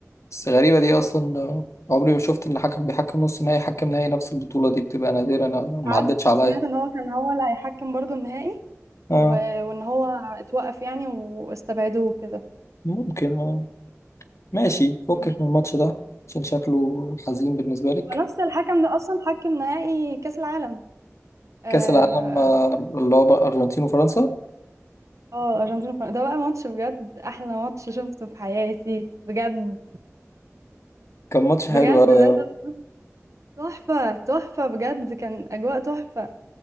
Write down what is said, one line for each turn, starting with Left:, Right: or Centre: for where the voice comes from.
Left: بس غريبة دي أصلا آه، عمري ما شفت إن حكم بيحكم نص نهائي حكم نهائي نفس البطولة دي بتبقى نادرة أنا ما
Right: مش عارف
Left: عدتش
Right: أنا
Left: عليا
Right: سمعت إن هو كان هو اللي هيحكم برضو النهائي
Left: اه
Right: و... وإن هو اتوقف يعني واستبعدوه كده
Left: ممكن اه ماشي فكك
Right: مم.
Left: من الماتش ده عشان شكله حزين بالنسبة لك
Right: ونفس الحكم ده اصلا حكم نهائي كاس العالم اه
Left: كأس العالم آه، اللي هو بقى أرجنتين وفرنسا
Right: آه، الارجنتين وفرنسا ده بقى ماتش بجد احلى ماتش شفته في حياتي بجد
Left: كان ماتش
Right: بجد
Left: حلو أوي
Right: ده
Left: آه،
Right: ده تحفه تحفه بجد كان اجواء تحفه